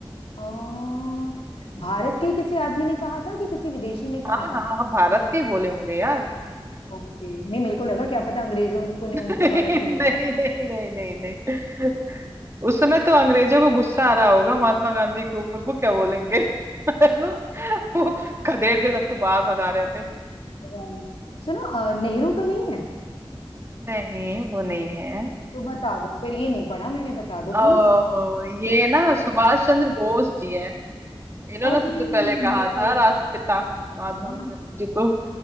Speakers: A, on the left; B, on the right.
A: और भारत के ही किसी आदमी ने कहा था कि किसी विदेशी ने कहा
B: हाँ हाँ
A: था
B: हाँ हाँ, भारत के ही बोले होंगे यार
A: ओके नहीं मेरे को लगा क्या पता अंग्रेजों को ने
B: नहीं <laughs>
A: उनको परख लिया
B: नहीं नहीं नहीं नहीं नहीं उस समय तो अंग्रेजों को गुस्सा आ रहा होगा महात्मा गांधी के ऊपर वो क्या बोलेंगे <laughs> है ना वो खदेड़ के सबको बाहर भगा रहे थे
A: Right. सुनो अ, नेहरू तो नहीं है
B: नहीं वो नहीं है
A: तो बता दो फिर ये नहीं पढ़ा मैंने बता दो प्लीज
B: ओ, ये ना सुभाष चंद्र बोस जी हैं इन्होंने
A: और मैं
B: सबसे पहले कहा
A: सोच
B: था राष्ट्रपिता
A: रही थी,
B: महात्मा
A: हाँ,
B: गांधी जी को